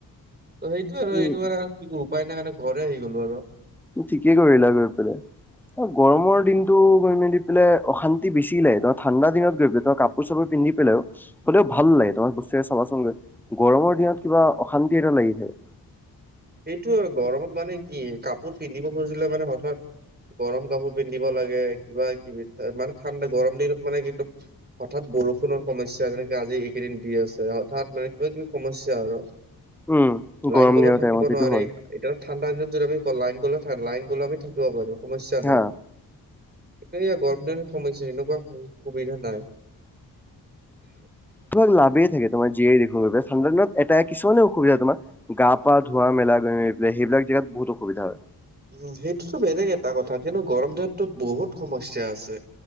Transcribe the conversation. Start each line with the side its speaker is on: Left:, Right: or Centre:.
Right: ত সেইটোয়ে হয়, সেইটো
Centre: এই
Right: কাৰণে আৰু উপায় নাই কাৰণে ঘৰতে আহি গলো আৰু।
Centre: ঠিকেই কৰিলা গৈ পেলাই। অ গৰমৰ দিনতটো গৈ মেলি পেলাই অশান্তি বেছি লাগে ন? তই ঠাণ্ডা দিনত গৈ পেলাই তই কাপোৰ কাপোৰ চাপোৰ পিন্ধি পেলাইও হ'লেও ভাল লাগে তোমাক বস্তুৰে চাবাচোনগৈ। গৰমৰ দিনত কিবা অশান্তি এটা লাগি থাকে।
Right: এইটো গৰমত মানে কি কাপোৰ পিন্ধিব খুজিলে মানে হঠাৎ গৰম কাপোৰ পিন্ধিব লাগে কিবা কিবি মানে ঠাণ্ডা গৰম দিনত মানে কি একদম হঠাৎ বৰষুণৰ সমস্যা যেনেকে, আজি এইকেইদিন দি আছে হঠাৎ মানে কিবা কিবি সমস্যা আৰু।
Centre: উম,
Right: লাইন
Centre: গৰম
Right: গ'লেও
Centre: দিনৰ
Right: থাকিব
Centre: টাইমত। সেইটো
Right: নোৱাৰি।
Centre: হয়
Right: এতিয়া ঠাণ্ডা দিনত যদি আমি লাইন গলে লাইন গলে আমি থাকিব পাৰো। সমস্যা
Centre: হা
Right: নাই। এয়া গৰম দিন সমস্যা সেনেকুৱা সুবিধা নাই।
Centre: তোমাক লাভেই থাকে তোমাৰ <unintelligible> ঠাণ্ডা এটা কিছুমান অসুবিধা তোমাৰ গা পা ধুৱা মেলা পেলাই সেইবিলাক জেগাত বহুত অসুবিধা হয়।
Right: উম, সেইটোতো বেলেগ এটা কথা কিন্তু, গৰম দিনতো বহুত সমস্যা আছে।